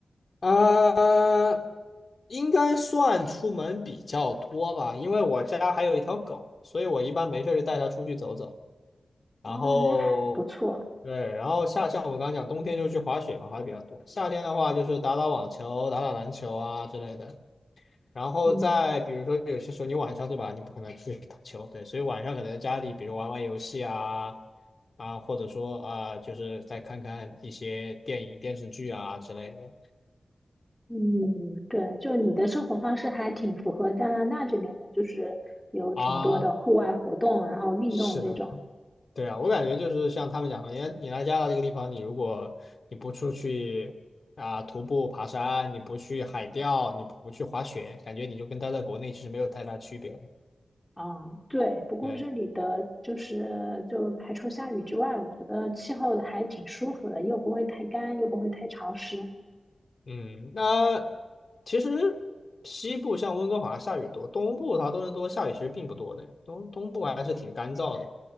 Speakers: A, on the left; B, in the centre.
A: 呃，应该算出门比较多吧，因为我家还有一条狗，所以我一般没事就带它出去走走。
B: 哦，
A: 然后
B: 那还不错，
A: 对，然后夏像我刚刚讲，冬天就去滑雪嘛，滑的比较多。夏天的话就是打打网球、打打篮球啊之类的。然后再比如说，
B: 嗯
A: 有些时候你晚上对吧，你不可能出去打球，对，所以晚上可能在家里，比如玩玩游戏啊，啊，或者说啊，就是再看看一些电影、电视剧啊之类的
B: 嗯，对，就你的生活方式还挺符合加拿大这边的，就是有挺多的户外活动，
A: 啊。
B: 然后运动这种。
A: 是的。对啊，我感觉就是像他们讲的，你来你来加拿大这个地方，你如果你不出去啊、徒步爬山，你不去海钓，你不去滑雪，感觉你就跟待在国内其实没有太大区别了。
B: 嗯，对。不过这里的就是就排除下雨之外，
A: 对，
B: 我觉得气候还挺舒服的，又不会太干，又不会太潮湿。
A: 嗯，那其实西部像温哥华下雨多，东部它多伦多下雨其实并不多的，东东部还是挺干燥的